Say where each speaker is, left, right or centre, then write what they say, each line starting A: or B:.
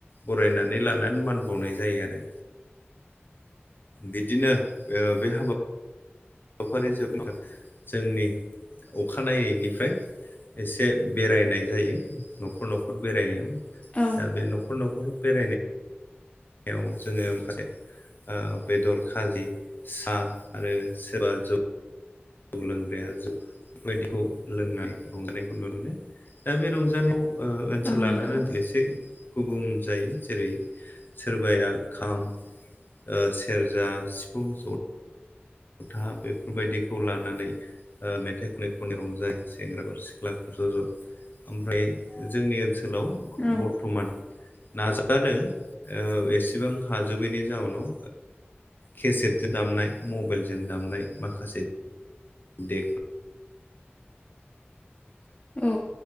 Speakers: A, on the left; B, on the left.
A: बरायनानै लानानै मान बावनाय जायो आरो। बिदिनो ओ बे हाबा हाबाफारि जे जोंनि अखानायैनायनिफ्राय एसे बेरायनाय जायो न'खर न'खर बेरायनायाव
B: औ
A: दा बे न'खर न'खर बेरायनाय जसेदर खाजि सा आरोबा जे जौ लोंग्राया जौ बेफोर <unintelligible> बायदिखौ लोंनाय रंजानायखौ नुनो मोनो दा बे रंजानायाव ओनसोल
B: औ
A: लानानै
B: नंगौ
A: एसे गुबुं जायो जेरै सोरबाया खाम ओ सेरजा सिफुं ज जथा बेफोरबायदिखौ लानानै ओ मेथाइ खननाय खनायनि रंजायो सेंग्राफोर सिख्लाफोर ज' ज' ओमफ्राय जोंनि ओनसोलाव
B: औ
A: बर्थमान नाजादों एसेबां हाजोबैनि जाउनाव केसेटजों दामनाय मबाइलजों दामनाय माखासे <unintelligible> आ बे
B: औ